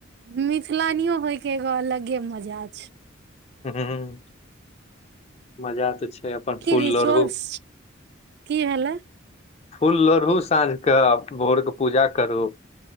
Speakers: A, on the right; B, on the left.
A: मिथिलानियो होइके एगो अलगे मजा छै
B: हुँ मजा तऽ छै अपन
A: की
B: फूल
A: रिचोरस
B: लोढ़ू
A: कि भेले
B: फूल लोढ़ू साँझ के भोर के पूजा करू